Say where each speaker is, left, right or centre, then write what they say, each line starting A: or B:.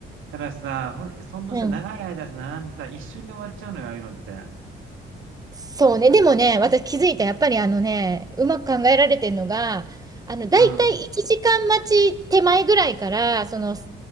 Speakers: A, on the right (about 85°); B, on the right (about 20°).
A: たださ、ほん、ほんとさ、
B: うん。
A: 長い間さ、並んでさ、一瞬で終わっちゃうのよ、ああいうのって。
B: そうね。でもね、私気づいた。やっぱりあのね、うまく考えられてるのが、あの、だいたい1時間待ち手前ぐらいから、
A: うん。
B: その、島